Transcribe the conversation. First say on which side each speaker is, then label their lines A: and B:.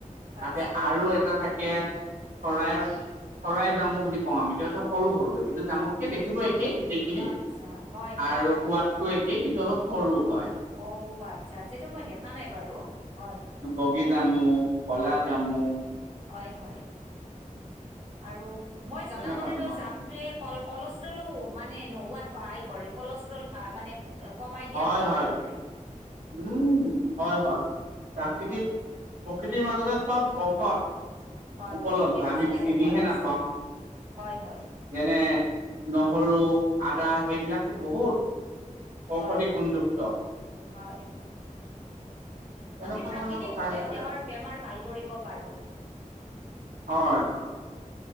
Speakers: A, on the right (about 55°); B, on the right (about 80°).
A: আচ্ছা,
B: তাতে আৰু থাকে'। চৰাইৰ শৰাই জামু বুলি কওঁ আমি তহতো সৰু সৰু সেইটো জামুতকে দেখিব একেই'। গোটেইখিনিত
A: আচ্ছা, হয়, হয়,
B: আৰু
A: হয়।
B: সোৱাদটো একে সেইু অলপ সৰু হয়
A: অঁ আচ্ছা আচ্ছটো মই দেখা নাই বাৰু হয়,।
B: বগিজামু কলা জামু,।
A: হয় হয় আৰু মই জনামতেতো
B: তেনেকুৱা ধৰণৰ
A: যাম তোৱে ক কলেষ্ট্ৰলো মানে নোহোৱাত সহায় কৰে কলেষ্ট্ৰল ভ মানে,। কমাই দিয়াত
B: হয়
A: সহায়
B: হয়
A: কৰে।
B: উ হয় হয় প্ৰাকৃতিক
A: হয়,
B: প্ৰকৃতিৰ মাজতে চব ঔষধ
A: হয়,
B: উপলব্ধ
A: প্ৰকৃতিৰ মাজতে
B: আমি চিমিহে
A: ঔষধ আছে,
B: নাপাওঁ
A: হয়, হয়
B: যেনে নহৰু, আদা সেইবিলাকতো বহুত। ঔষধি
A: হয়, হয়,
B: গুণযুক্ত।
A: হয়
B: তেনেকুৱা
A: আমি প্ৰাকৃতিকভাৱেও
B: ধৰণৰ কথা আহি পৰে।
A: দেহৰ বেমাৰ ভাল কৰিব পাৰোঁ।
B: হয়, হয়